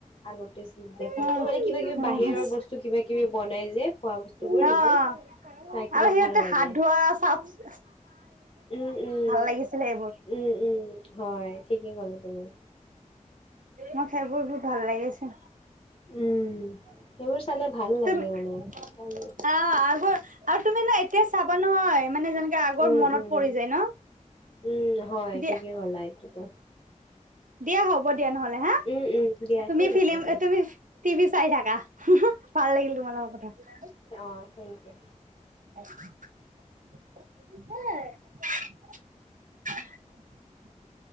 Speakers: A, on the left; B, on the right.
A: আগতে দেখাতো
B: উম
A: মানে কিবা কিবি বাহিৰৰ
B: উম
A: বস্তু কিবা কিবি বনাই যে খোৱা বস্তুবোৰ
B: অ',
A: সেইবোৰ।
B: আৰু
A: চাই কিনে
B: সিহঁতে
A: ভাল লাগে
B: হাত ধোৱা চাও
A: উম, উম,
B: লাগিছিলে সেইবোৰ
A: উম, উম হয় ঠিকেই ক'লে তুমি।
B: মই সেইবোৰ বোৰ ভাল লাগিছে।
A: উম। সেইবোৰ চালে ভাল লাগে
B: তুম আহ
A: মানে। উম,
B: আগৰ আৰু তুমি ন এতিয়া চাবা নহয় মানে যেনেকে আগৰ
A: উম,
B: মনত
A: উম,
B: পৰি যায় ন।
A: উম, হয়
B: দিয়া
A: ঠিকেই ক'লা এইটোতো।
B: দিয়া হ'ব দিয়া নহ'লে হা।
A: উম, উম, দিয়া
B: তুমি
A: ঠিক
B: ফিল্ম
A: আছে দিয়া।
B: তুমি টভি চাই থাকা ভাল লাগিল তোমাল কথা পাতি।
A: অঁ থেংক ইউ।
B: <unintelligible>